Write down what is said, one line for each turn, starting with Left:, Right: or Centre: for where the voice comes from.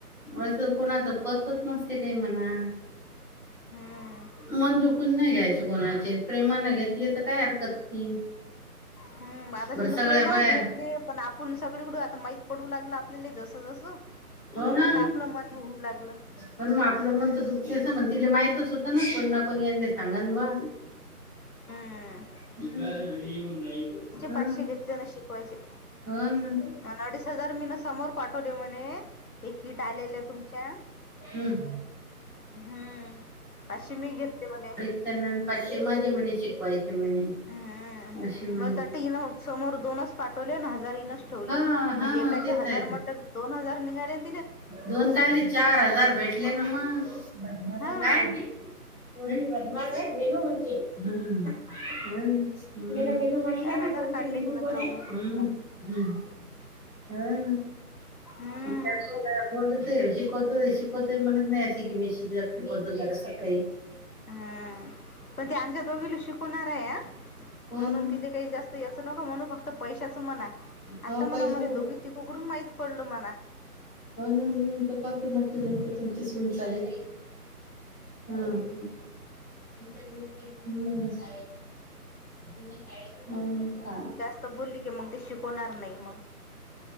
Centre: असं कोणाच पचत नसते काही म्हणा
Left: हम्म.
Centre: मन दुखून नाही घ्यायचे कोणाचे प्रेमान घेतली तर काय हरकत नाही.
Left: हम्म आता
Centre: बरं
Left: तिनं
Centre: सगळ्या
Left: प्रेमानच
Centre: बाया
Left: घेतले. पण आपण सगळीकडं आता माहीत पडू लागलं आपल्याला जस जसं म्हणून
Centre: हो ना
Left: आता आपलं मन येऊ लागलं.
Centre: पण मग आपलं मन तर दुखतेस ना पण तिला माहीतच होतं ना कोणना कोणी आणले सांगन ब
Left: हा आ
Centre: <unintelligible> हम्
Left: पाचशे घेतले ना शिकवायचे.
Centre: हो ना
Left: अन अडीच हजार मी ना समोर पाठवले म्हणे ते कीट आलेलं आहे तुमच्या
Centre: हम्म
Left: हम्म पाचशे मी घेतली म्हणे
Centre: त्यांना पाचशे माझे म्हणे शिकवायचे म्हणे.
Left: हम्म
Centre: अशी म्हणे
Left: मलात वाटतं ईन समोर दोनच पाठवले हजार इनच ठेवले
Centre: हा हा
Left: म्हणजे एकाचे
Centre: तेच
Left: हजार
Centre: आहे ते
Left: मतर दोन हजार निघालेन.
Centre: दोन कायले चार हजार भेटले ना मग बदमास
Left: हा
Centre: है पोरगी. ह ह <inaudible> मन विनू म्हटलं
Left: चार
Centre: ना
Left: हजार
Centre: तुमची
Left: काढले
Centre: विनू
Left: तिनं
Centre: कोण
Left: चौघीकडून
Centre: आहे
Left: मग
Centre: ह हौना
Left: हम्म.
Centre: त्या बोलत शिकवतो शिकवतोय म्हणत नाही अशी की मी शिकवतो जरासं काही
Left: हम्म पण ते आमच्या दोघीला शिकवणार आहे ह
Centre: हो
Left: म्हणून
Centre: ना
Left: तिथ काही जास्त याचं नको म्हणून फक्त पैशाच म्हणा
Centre: हो
Left: आता म्हणा
Centre: पैसा
Left: मर दोघी तिघी कडून माहीत पडल म्हणा.
Centre: हो ना मी म्हणतो का की म्हटलं म्हणते तुमची सून चालली. हम्म. ह <unintelligible>
Left: तर बोलली की मग, ते शिकवणार नाही मग.